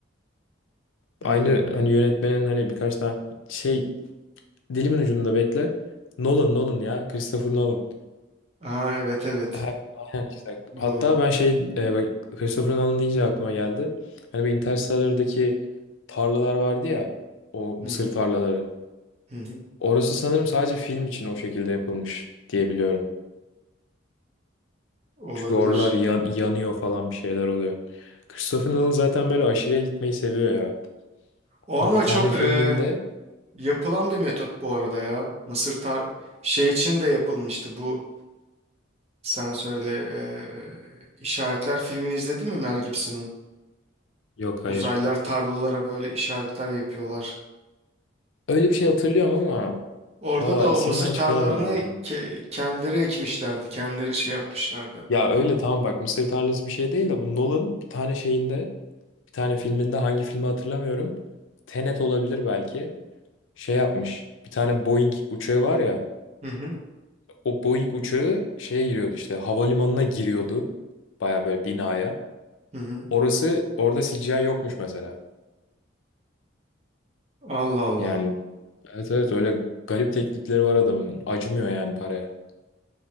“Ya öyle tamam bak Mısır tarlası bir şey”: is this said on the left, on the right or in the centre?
Left